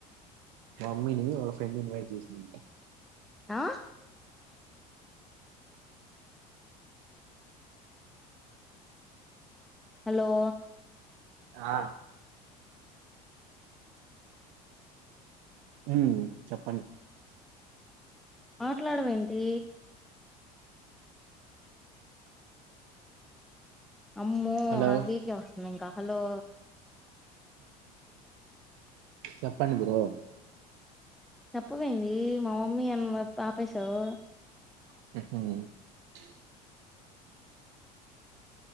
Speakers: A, on the right; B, in the centre.
A: మమ్మీని ఒక ఫ్రెండ్ ఇన్వైట్ చేసింది
B: ఆ హలో
A: ఆ ఉ చెప్పండి
B: మాట్లాడవేంటి అమ్మో
A: హలో
B: నాకు బీపీ వస్తుంది ఇంకా హలో
A: చెప్పండి బ్రో
B: చెప్పావ్ ఏందీ మా మమ్మీ అని ఆపేసావ్
A: హ